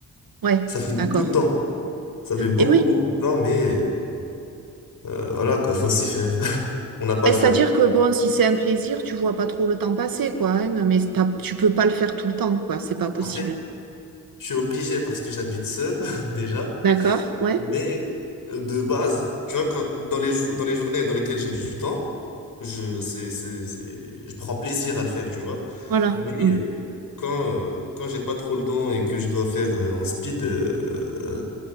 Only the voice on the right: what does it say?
Ouais,
d'accord.
Et oui,
Ben,
c'est-à-dire
que bon, si c'est un plaisir, tu vois pas trop le temps passer, quoi. hein, mais t'as- tu peux pas le faire tout le temps, quoi. C'est pas possible.
D'accord? Ouais.
Voilà.
Mm.